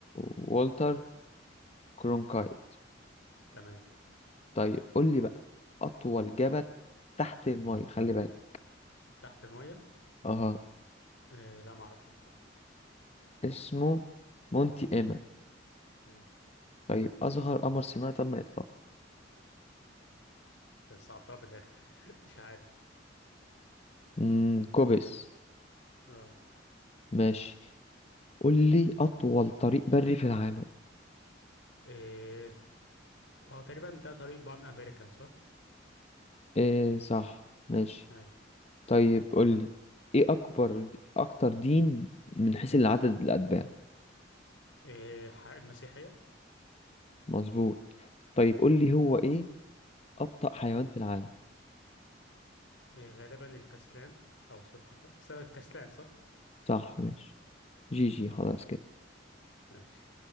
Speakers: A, on the left (about 35°); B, on the left (about 75°).
A: والتر كرونكايت
B: تمام
A: طيب قول لي بقى اطول جبل
B: اه
A: تحت المية خلي بالك
B: تحت المية
A: اها
B: آه، لا ما أعرفش بصراحة
A: اسمه مونتي ايما
B: مم،
A: طيب اصغر قمر صناعي تم اطلاقه
B: بس صعبتها في الآخر <laughs> مش عارف
A: امم كوبس
B: اه
A: ماشي قول لي اطول طريق بري في العالم
B: إيه، اه تقريبا ده طريق بان أمريكان صح؟
A: إيه صح ماشي
B: أي
A: طيب قولي ايه اكبر اكتر دين من حيث العدد الاتباع
B: إيه، ح- المسيحية
A: مظبوط طيب قولي هو ايه ابطأ حيوان
B: صح؟
A: في العالم
B: إيه، غالبا الكسلان أو السلحفاة بس هو الكسلان صح؟
A: صح ماشي جي جي خلاص كده
B: ماشي